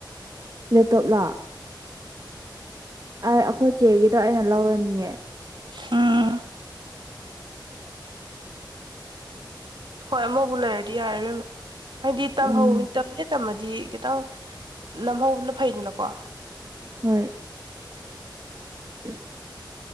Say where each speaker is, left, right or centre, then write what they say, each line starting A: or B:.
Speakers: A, on the right; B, on the right.
A: ꯂꯑꯦꯄꯇꯣꯞ ꯂꯣ ꯑ ꯑꯩꯈꯣꯏ ꯆꯦꯒꯤꯗꯣ ꯑꯩꯅ ꯂꯧꯔꯅꯤꯌꯦ
B: ꯑꯝ ꯍꯣꯏ ꯑꯃꯣꯏꯕꯨ ꯂꯩꯔꯗꯤ ꯌꯥꯔꯦ ꯏꯕꯦꯃꯥ ꯍꯣꯏꯗꯤ ꯇꯝ
A: ꯎꯝ
B: ꯍ ꯇꯝꯃꯦ ꯇ ꯗꯤ ꯈꯤꯇꯪ ꯅꯝꯍꯧꯕꯅ ꯐꯩꯗꯅꯀꯣ
A: ꯍꯣꯏ <inaudible> <unintelligible>